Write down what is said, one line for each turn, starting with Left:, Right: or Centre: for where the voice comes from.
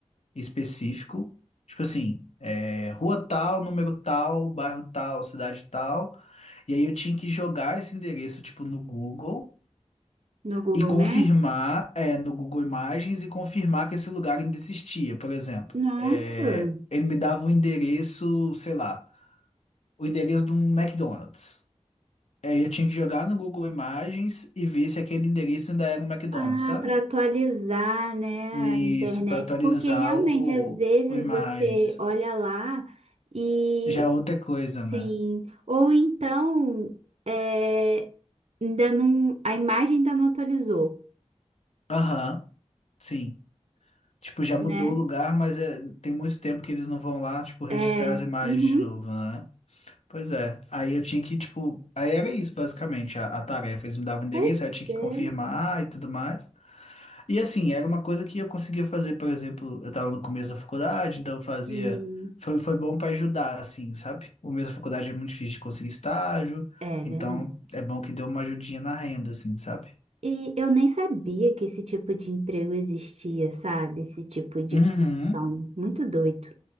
Left: específico, tipo assim, é, rua tal, número tal, bairro tal, cidade tal, e aí eu tinha que jogar esse endereço tipo no Google
Right: No Google
Left: e confirmar,
Right: Maps.
Left: é, no Google Imagens e confirmar que esse lugar ainda existia, por exemplo.
Right: nossa.
Left: É, ele me dava o endereço, sei lá, o endereço de um McDonald's. Aí eu tinha que jogar no Google Imagens e ver se aquele endereço ainda era um McDonald's,
Right: Ah,
Left: sabe?
Right: para atualizar, né,
Left: E
Right: a internet,
Left: Isso, pra atualizar
Right: porque realmente
Left: o,
Right: às vezes
Left: o Imagens.
Right: você olha lá e
Left: Já é outra coisa, né?
Right: sim, ou então é, ainda não, a imagem ainda não atualizou,
Left: Aham, sim. Tipo, já mudou
Right: né?
Left: o lugar, mas é- tem muito tempo que eles não vão lá, tipo, registrar
Right: É,
Left: as imagens
Right: uhum,
Left: de novo, né? Pois é. Aí eu tinha que, tipo, aí era isso, basicamente, a, a tarefa. Eles me davam o endereço,
Right: pois
Left: aí eu tinha que
Right: é,
Left: confirmar e tudo mais. E assim, era uma coisa que eu conseguia fazer, por exemplo, eu tava no começo da faculdade, então eu fazia.
Right: sim.
Left: Foi, foi bom para ajudar, assim, sabe? O mesmo da faculdade é muito difícil de conseguir estágio,
Right: É
Left: então
Right: verdade.
Left: é bom que deu uma ajudinha na renda, assim, sabe?
Right: E eu nem sabia que esse tipo de emprego existia, sabe? Esse tipo de
Left: Uhum.
Right: função. Muito doido.